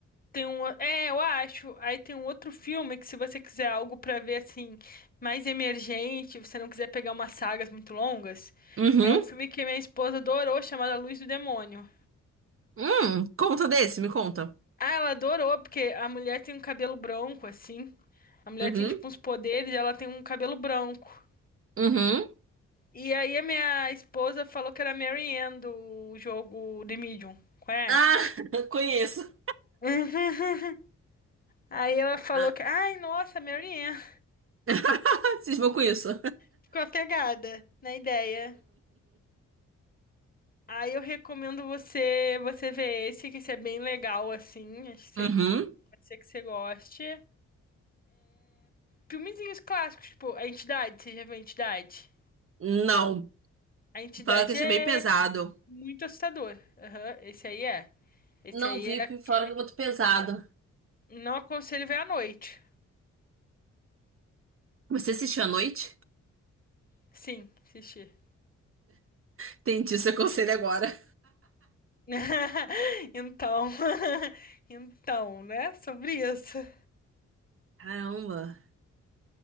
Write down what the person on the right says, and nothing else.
Uhum.
Hum, conta desse, me conta.
Uhum.
Uhum.
Ah, <laughs> conheço.
Ah.
<laughs> Cismou com isso.
Uhum.
Não.
Fala que isso
é bem pesado.
Não
vi,
porque
falaram que é muito pesado.
Você assistiu à noite?
Entendi seu conselho agora.
Caramba.